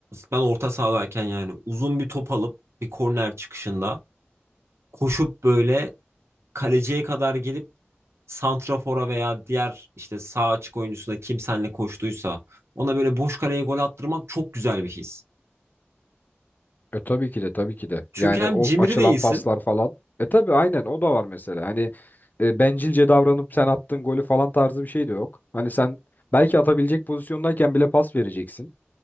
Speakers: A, on the right; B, on the left.
A: ben orta sahadayken yani uzun bir top alıp bir korner çıkışında koşup böyle kaleciye kadar gelip santrafora veya diğer işte sağ açık oyuncusuna kim senle koştuysa ona böyle boş kaleye gol attırmak çok güzel bir his.
B: E tabii ki de tabii ki de.
A: Çünkü
B: Yani
A: hem
B: o
A: cimri
B: açılan
A: değilsin
B: paslar falan. E tabii aynen o da var mesela. Hani e, bencilce davranıp sen attığın golü falan tarzı bir şey de yok. Hani sen belki atabilecek pozisyondayken bile pas vereceksin.